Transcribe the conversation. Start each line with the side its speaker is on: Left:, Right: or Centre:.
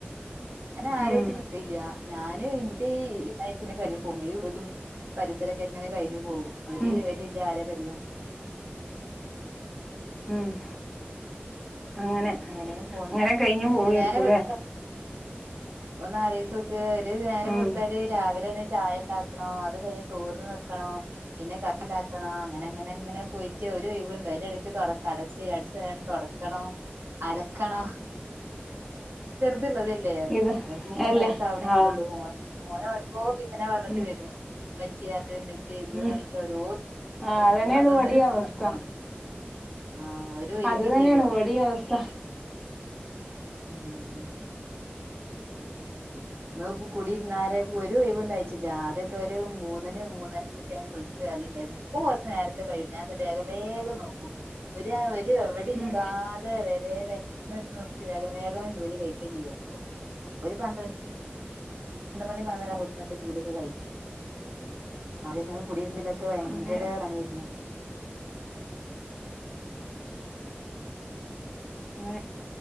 Right: ഞാൻ ആരായിട്ട്
Centre: ഉം.
Right: നിക്കല്ല്യ നാൻ. ഞ ഇന്റെ ന്റെയ് <unintelligible> വീടും പരിസരൊക്കെ ഇങ്ങനെ കഴിഞ്ഞു. പോ ഒരുവിവരൂല്ല്യ
Centre: ഉം.
Right: ആരെ പറ്റ്യും
Centre: ഉം. അങ്ങനെ
Right: അങ്ങനെയ പോണ്
Centre: അങ്ങനെ കഴിഞ്ഞു പോവായിരിക്കും
Right: നേരം
Centre: അല്ലേ
Right: വെളു ന്നാലോയ്ച്ചോക്ക് ഒരു നേരം
Centre: ഉം
Right: വിളത്താല് രാവിലെ തന്നെ ചായ ഉണ്ടാക്കണോ അത് കഴിഞ്ഞ. ചോർ വെക്കണോ പിന്നെ ക ഉണ്ടാക്കണോ അങ്ങനെ അങ്ങനെ അങ്ങനെ പോയിട്ട് ഒരു ഒഴിവുണ്ടോ അതിന്റെ ഇടക്ക് തൊടക്ക. അടചാരണം തൊടക്കണം അലകാണോ തിള്ളതല്ലേ
Centre: ഇത്
Right: ഓൻക്ക് മൂന്ന്
Centre: അല്ല
Right: വയസ്സാവണേുള്ളൂ
Centre: ആ
Right: ഓനാർക്. നെ പറഞ്ഞിട്ട്
Centre: ഉം
Right: വരും മ്മച്യേ. അത് ചെയ്ത്
Centre: ഉം
Right: ന്നിട്ട് ഓരോ
Centre: ആ അതന്നെയാണ്
Right: അതൊന്ന്
Centre: ഇവിടെ അവസ്ഥ
Right: നന്ന <unintelligible> ആഹ് ഒരു ഒയിവില്ലലോ.
Centre: അത് തന്നെയാണ് ഇവിടെ അവസ്ഥ
Right: ഉം. നമ്മളിപ്പോ കുടിരുന്നാരെ ഒരു ഒയിവിണ്ടായിട്ടില്യ ആദ്യാക്കെ ഒരു മൂന്നിന് മൂന്നരൊക്കെ ഞൻ കുളിച്ചു കയറല്ണ്ട്. ണ്ടരുന്നു ഇപ്പൊ കുറച്ചു നേരത്തെ കഴിയും ഞാന് എന്താ വേഗം വേഗം നോക്കു. ഒരു ഒരു എവിടെ ഇരിക്കാതെ
Centre: ഉം
Right: വേ വേ ഇട്ട് നോക്കിട്ട് വേഗം വേഗം. ജോലി കയ്കചെയ്യാന പ്പൊര് പന്ത്രണ്ട്. രണ്ട് മണി നേരത്തിന്റ ജോലിയൊക്കെ കയും ആദ്യോ കുടിര്ന്ന്. തൊക്കെ ഭയങ്കര
Centre: അങ്ങനെ
Right: പണിർന്ന്.
Centre: ഉം